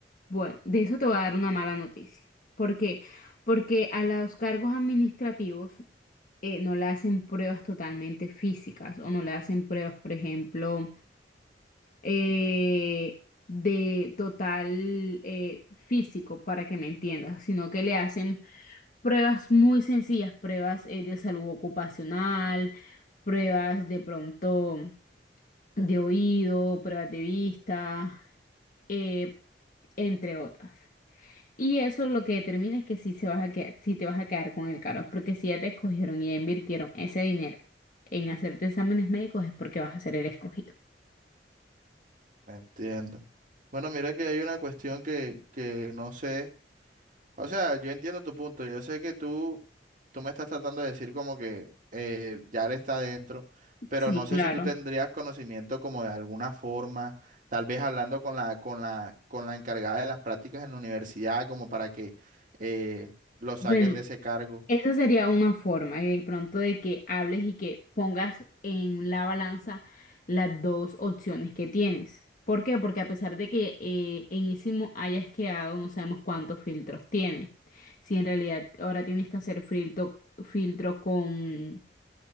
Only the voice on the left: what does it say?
Bueno, de eso te voy a dar una mala noticia. ¿Por qué? Porque a los cargos administrativos eh, no le hacen pruebas totalmente físicas o no le hacen pruebas, por ejemplo, eh, de total eh, físico, para que me entiendas, sino que le hacen pruebas muy sencillas, pruebas eh, de salud ocupacional, pruebas de pronto de oído, pruebas de vista, eh, entre otras. Y eso lo que determina es que si, se vas a que si te vas a quedar con el carro, porque si ya te escogieron y ya invirtieron ese dinero en hacerte exámenes médicos es porque vas a ser el escogido.
Sí,
claro.
Bueno,
esa sería una forma de pronto de que hables y que pongas en la balanza las dos opciones que tienes. ¿Por qué? Porque a pesar de que eh, en Isimo hayas quedado, no sabemos cuántos filtros tiene. Si en realidad ahora tienes que hacer filtro, filtro con